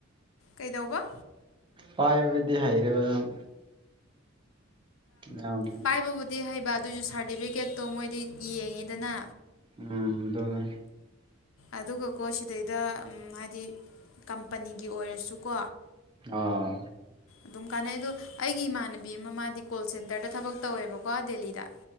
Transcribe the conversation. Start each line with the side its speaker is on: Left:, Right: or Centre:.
Left: ꯀꯩꯗꯧꯕ
Right: ꯄꯥꯏꯕꯗꯤ ꯍꯩꯔꯦꯕ ꯑꯗꯨꯝ ꯌꯥꯝ
Left: ꯄꯥꯏꯕꯕꯨꯗꯤ ꯍꯩꯕ ꯑꯗꯨꯑꯣꯏꯁꯨ ꯁꯥꯔꯇꯤꯐꯤꯀꯦꯠꯇꯣ ꯃꯣꯏꯗꯤ ꯌꯦꯡꯉꯤꯗꯅ
Right: ꯎꯝ ꯑꯗꯨꯒ
Left: ꯑꯗꯨꯒꯀꯣ ꯁꯤꯗꯩꯗ ꯍꯥꯏꯗꯤ ꯀꯝꯄꯅꯤꯒꯤ ꯑꯣꯏꯔꯁꯨꯀꯣ
Right: ꯑꯥ
Left: ꯑꯗꯨꯝ ꯀꯥꯟꯅꯩ ꯑꯗꯣ ꯑꯩꯒꯤ ꯏꯃꯥꯟꯅꯕꯤ ꯑꯃ ꯃꯥꯗꯤ ꯀꯣꯜ ꯁꯦꯟꯇꯔꯗ ꯊꯕꯛ ꯇꯧꯋꯦꯕꯀꯣ ꯗꯦꯜꯂꯤꯗ